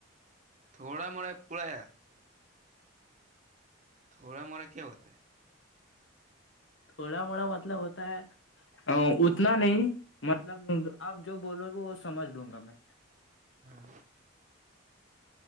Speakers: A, on the right; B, on the left.
A: تھوڑا مرے پورایا تھوڑا موڑا کیا ہوتا ہے
B: تھوڑا موڑا مطلب ہوتا ہے ا اتنا نہیں مطلب آپ جو بولو گے وہ سمجھ لوں گا میں
A: ہاں